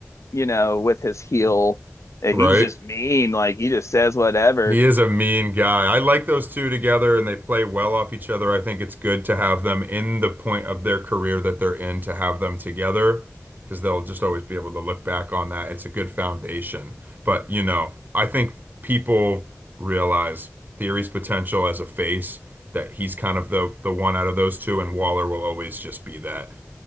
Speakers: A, on the left; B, on the right.
A: you know, with his heel. he's
B: Right?
A: just mean, like he just says whatever.
B: He is a mean guy. I like those two together and they play well off each other. I think it's good to have them in the point of their career that they're in to have them together because they'll just always be able to look back on that. It's a good foundation. But, you know, I think people realize Theory's potential as a face that he's kind of the the one out of those two and Waller will always just be that.